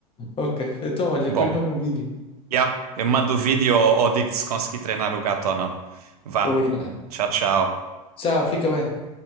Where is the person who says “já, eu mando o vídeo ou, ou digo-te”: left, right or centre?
Right